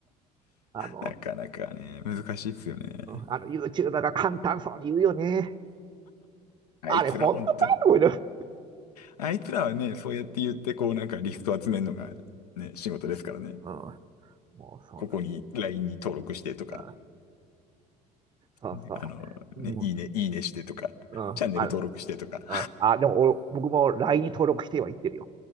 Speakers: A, on the right (about 20°); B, on the left (about 70°).
A: あの、
B: なかなかね、難しいっすよね。
A: うん、うんあの、YouTuber が簡単そうに言うよね。
B: あいつら本当に。
A: あれ、本当かと思いながら
B: あいつらはね、そうやって言ってこうなんかリスト集めるのがね、仕事ですからね。
A: うん、もうそうなんだ。
B: ここに LINE に登録してとか。
A: うん、そうそう。
B: ねあの、ね、
A: うん、
B: いいね、いいねしてとか、<laughs>
A: うん、
B: チャンネル登録してとか。
A: ある。うんあ、でも俺、僕も LINE に登録してはいってるよ。